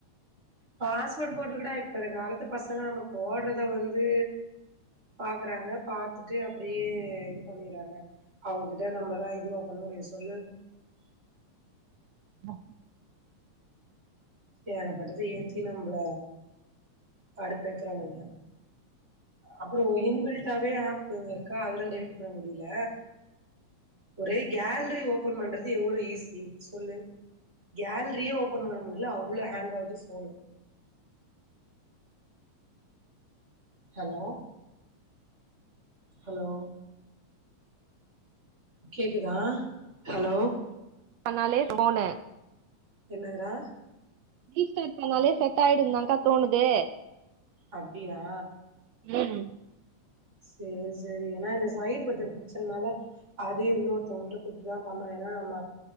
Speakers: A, on the right; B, on the right.
A: பாஸ்வேர்ட் போட்ருகூடா இப்ப இரு காலத்து பசங்க நம்ம போட்றத வந்து பாக்குறாங்க பாத்துட்டு அப்டியே இது பண்ணிறாங்க அவுங்கட்ட நம்மல்லா இதுவா பண்ணுமுடியு சொல்லு
B: நோ
A: ஏகப்பட்டது ஏத்தி நம்மள கடுப்பேத்துறானுங்க அப்ரோ இன்பில்டாவே ஆப் ஒன்னு இருக்கா அதெல்லா டெலிட் பண்ண முடியல ஒரே கேல்ரி ஓப்பன் பண்றது எவ்ளோ ஈஸி சொல்லு கேல்ரியே ஓப்பன் பண்ண முடில அவ்ளோ ஹேங் ஆகுது போனு ஹலோ ஹலோ கேக்குதா ஹலோ
B: தன்னாலே போனு
A: என்னதுரா
B: ரீஸ்டார்ட் பண்ணாலே செட்டாயிடுந்தாக்கா தோணுது
A: அப்டியா
B: ம்
A: செரி செரி ஏனா இந்த சைடு பட்டன் பிரச்சன்னால அதையு இன்னொருத்தவங்கள்ட்ட குடுத்துதா பண்ணோ ஏனா நம்ம